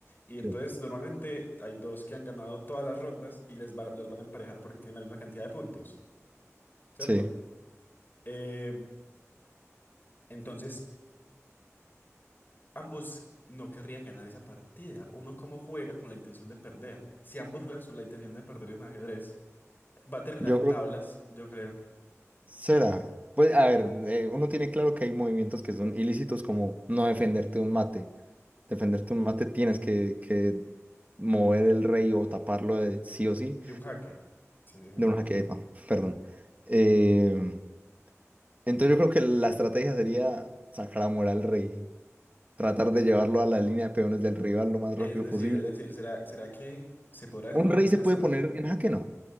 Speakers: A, on the left (about 40°); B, on the right (about 30°).
A: Y entonces
B: Sí.
A: normalmente hay dos que han ganado todas las rondas y les va- los van a emparejar porque tienen la misma cantidad de puntos, ¿cierto?
B: Sí,
A: Eh, entonces Ambos no querrían ganar esa partida. Uno como juega con la intención de perder. Si ambos juegan con la intención de perder en ajedrez, va a terminar
B: yo
A: en
B: creo
A: tablas,
B: que
A: yo creo,
B: será. Pues a ver, eh, uno tiene claro que hay movimientos que son ilícitos como no defenderte un mate. Defenderte un mate tienes que, que mover el rey o taparlo de sí o sí
A: de un jaque. Sí, defender.
B: de una quepa perdón. Eh, entonces yo creo que la estrategia sería sacar a morar al rey. tratar de llevarlo a la línea de peones del rival lo más
A: Es
B: rápido
A: decir,
B: posible.
A: es decir, ¿será, será que se podrá desarrollar
B: Un rey
A: una
B: se puede
A: estrategia?
B: poner en jaque, no.